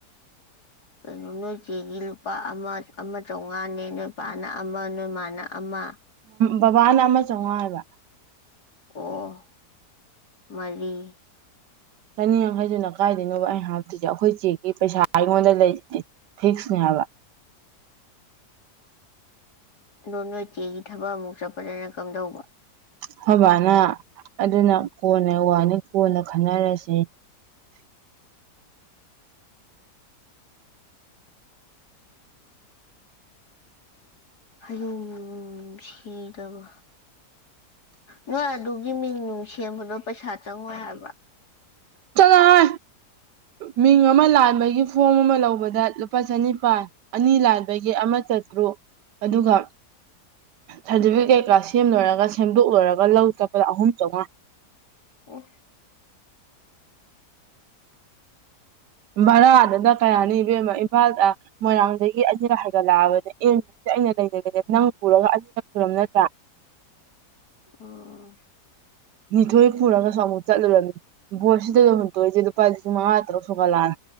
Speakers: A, on the left; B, on the right.
A: ꯀꯩꯅꯣ ꯅꯣꯏ ꯆꯦꯒꯤ ꯂꯨꯄꯥ ꯑꯃ ꯑꯃ ꯆꯥꯝꯃꯉꯥꯅꯦ ꯅꯣꯏꯄꯥꯅ ꯑꯃ ꯅꯣꯏꯃꯅ ꯑꯃ
B: ꯕꯕꯥꯅ ꯑꯃ ꯆꯥꯝꯃꯉꯥ ꯍꯥꯏꯕ
A: ꯑꯣ ꯃꯔꯤ
B: ꯆꯅꯤ ꯌꯥꯡꯈꯩꯗꯨꯅ ꯀꯥꯏꯗꯣꯏꯅꯣꯕ ꯑꯩ ꯍꯥꯞꯇꯣꯏꯁꯦ ꯑꯩꯈꯣꯏ ꯆꯦꯒꯤ ꯄꯩꯁꯥ ꯑꯩꯉꯣꯟꯗ ꯂꯩꯔꯤ ꯐꯤꯁꯅꯦ ꯍꯥꯏꯕ
A: ꯂꯣꯟ ꯃꯆꯦꯒꯤ ꯊꯕꯛ ꯑꯃꯨꯛ ꯆꯠꯄꯗꯅ ꯀꯝꯗꯧꯕ
B: ꯑꯩꯈꯣꯏꯕꯥꯅ ꯑꯗꯨꯅ ꯀꯣꯟꯅ ꯋꯥꯅꯤ ꯀꯣꯟꯅ ꯈꯟꯅꯔꯁꯤ
A: ꯍꯌꯨꯝ ꯁꯤꯗꯕ ꯅꯣꯏ ꯑꯗꯨꯒꯤ ꯃꯤꯡ ꯅꯨꯡ ꯁꯦꯝꯕꯗꯣ ꯄꯩꯁꯥ ꯆꯪꯉꯣꯏ ꯍꯥꯏꯕ
B: ꯆꯉꯣ ꯍꯦ ꯃꯤꯡ ꯑꯃ ꯂꯥꯟꯕꯒꯤ ꯐꯣꯝ ꯑꯃ ꯂꯧꯕꯗ ꯂꯨꯄꯥ ꯆꯅꯤꯄꯥꯥꯟ ꯑꯅꯤ ꯂꯥꯟꯕꯒꯤ ꯑꯃ ꯆꯠꯇ꯭ꯔꯨ ꯑꯗꯨꯒ ꯁꯥꯔꯇꯤꯐꯤꯀꯦꯠ ꯀꯥ ꯁꯦꯝꯂꯣꯏꯔꯒ ꯁꯦꯝꯗꯣꯛꯂꯣꯏꯔꯒ ꯂꯧ ꯆꯠꯄ ꯑꯍꯨꯝ ꯆꯥꯝꯃꯉꯥ
A: ꯑꯣ
B: ꯚꯔꯥꯗꯨꯗ ꯀꯌꯥꯅꯤ ꯏꯕꯦꯝꯃꯣ ꯏꯝꯐꯥꯜꯗ ꯃꯣꯏꯔꯥꯡꯗꯒꯤ ꯑꯅꯤꯒ ꯍꯥꯏꯒꯠꯂꯛꯑꯕꯅꯤ ꯑꯦ ꯍꯧꯖꯤꯁ ꯑꯩꯅ ꯂꯩꯖꯒꯦꯅꯦ ꯅꯪ ꯄꯨꯔꯒ ꯑꯅꯤꯔꯛ ꯁꯨꯔꯝ ꯅꯠꯇ꯭ꯔꯥ
A: ꯑꯣ
B: ꯅꯤꯊꯣꯏ ꯄꯨꯨꯔꯒꯁꯨ ꯑꯃꯨꯛ ꯆꯠꯂꯨꯔꯝꯃꯤ ꯕꯣꯠꯁꯤꯗ ꯂ ꯍꯨꯟꯇꯣꯏꯁꯦ ꯂꯨꯄꯥ ꯂꯤꯁꯤꯡ ꯃꯉꯥ ꯇꯔꯨꯛ ꯁꯨꯒꯠꯂꯛꯑꯅꯤ